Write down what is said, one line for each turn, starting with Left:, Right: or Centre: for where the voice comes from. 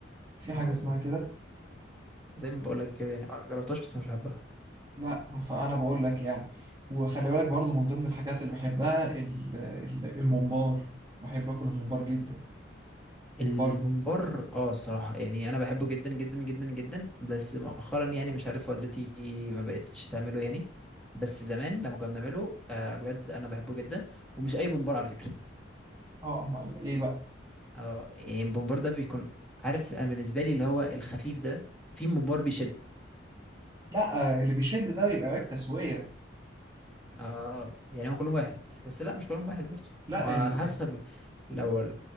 Right: في
Centre: اه
Right: حاجه
Centre: والله
Right: اسمها كده
Centre: زي ما بقول لك كده يعني ما جربتهاش بس مش بحبها
Right: لا فانا بقول لك يعني وخلي بالك برضو من ضمن الحاجات اللي بحبها ال- ال- الممبار بحب اكل الممبار جدا
Centre: البومبار
Right: الممبار
Centre: اه الصراحة يعني انا بحبه جدا جدا جدا جدا بس مؤخرا يعني مش عارف والدتي ما بقتش تعمله يعني بس زمان لما كنا بنعمله آه بجد انا بحبه جدا ومش اي بومبار على فكرة
Right: اه امال ايه بقى
Centre: اه يعني البومبار ده بيكون عارف انا بالنسبة لي اللي هو الخفيف ده في ممبار بيشد
Right: لا آه، اللي بيشد ده بيبقى عيب تسويه
Centre: اه يعني هو كلهم واحد بس لا مش كلهم واحد برضه
Right: لا
Centre: هو على
Right: ال...
Centre: حسب لو